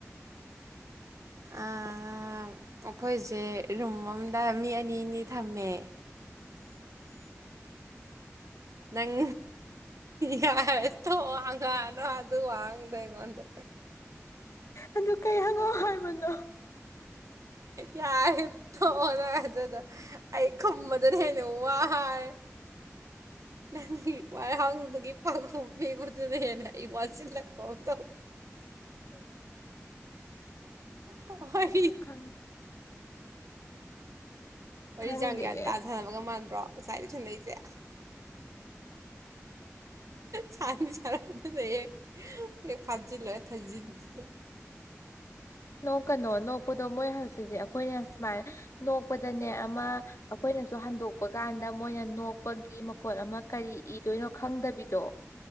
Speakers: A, on the right (about 80°); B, on the left (about 70°).
A: ꯑꯥꯑꯥ ꯑꯈꯣꯏꯁꯦ ꯔꯨꯝ ꯑꯃꯗ ꯃꯤ ꯑꯅꯤꯅꯤ ꯊꯝꯃꯦ ꯅꯪ ꯌꯥꯔꯦ ꯇꯣꯛꯑꯣ ꯍꯪꯉꯛꯑꯅꯣ ꯑꯗꯨ ꯋꯥꯍꯪꯗꯣ ꯑꯩꯉꯣꯟꯗ
B: ꯑꯗꯨ ꯀꯩ ꯍꯪꯉꯣ ꯍꯥꯏꯕꯅꯣ
A: ꯌꯥꯔꯦ ꯊꯣꯛꯑꯣꯅ ꯑꯗꯨꯗ ꯑꯩ ꯈꯨꯝꯕꯗꯅ ꯍꯦꯟꯅ ꯋꯥꯔꯦ ꯅꯪꯒꯤ ꯋꯥꯏꯍꯪꯗꯨꯒꯤ ꯄꯥꯈꯨꯝ ꯄꯤꯕꯗꯨꯅ ꯍꯦꯟꯅ ꯑꯩ ꯋꯥꯁꯤꯜ <inaudible> ꯇꯧ ꯍꯣꯏ
B: ꯑꯁ ꯈꯪ
A: ꯋꯥꯔꯤ
B: ꯈꯪꯗꯦꯅꯦ
A: ꯆꯥꯡ ꯒ꯭ꯌꯥꯟ ꯇꯥ ꯁꯥꯟꯅꯕꯒ ꯃꯥꯟꯗ꯭ꯔꯣ ꯉꯁꯥꯏꯗꯩ ꯁꯅꯩꯁꯦ ꯁꯥꯟꯗꯤ ꯁꯥꯟꯅꯗꯅ ꯍꯦꯛ ꯍꯦꯛ ꯐꯥꯁꯤꯜꯂ ꯊꯖꯤꯟꯁꯤꯗ
B: ꯅꯣꯛꯀꯅꯣ ꯅꯣꯛꯄꯗꯣ ꯃꯣꯏ ꯍꯧꯆꯛꯁꯦ ꯑꯩꯈꯣꯏꯅ ꯁꯨꯃꯥꯏꯅ ꯅꯣꯛꯄꯗꯅꯦ ꯑꯃ ꯑꯩꯈꯣꯏꯅꯁꯨ ꯍꯟꯗꯣꯛꯄ ꯀꯥꯟꯗ ꯃꯣꯏꯅ ꯅꯣꯛꯄꯒꯤ ꯃꯈꯣꯠ ꯑꯃ ꯀꯔꯤ ꯏꯗꯣꯏꯅꯣ ꯈꯪꯗꯕꯤꯗꯣ